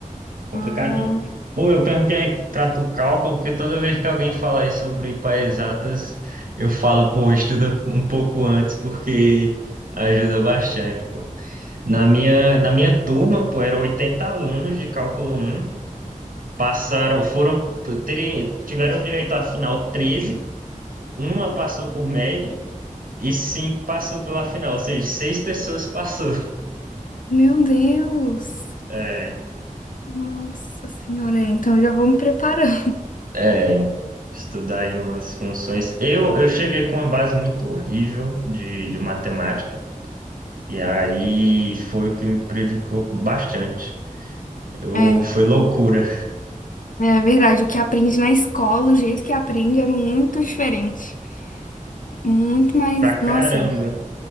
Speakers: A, on the right; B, on the left.
A: Complicadinho.
B: Ah,
A: Pô, eu perguntei pra tu cálculo, porque toda vez que alguém fala aí sobre para exatas, eu falo, pô, estuda um pouco antes, porque ajuda bastante, pô. Na minha, na minha turma, pô, eram 80 alunos de cálculo um passaram, foram, terem, tiveram direito à final 13. uma passou por média e cinco passou pela final, ou seja, seis pessoas <laughs> passou.
B: meu Deus.
A: É.
B: Nossa senhora, é, então já vou me preparando.
A: É, estudar aí umas funções. Eu, eu cheguei com uma base muito horrível de, de matemática, e aí foi o que me prejudicou bastante. Eu,
B: É,
A: foi loucura
B: o- é verdade, o que aprende na escola, o jeito que aprende é muito diferente. Muito
A: <laughs>
B: mais.
A: pra caramba.
B: Nossa,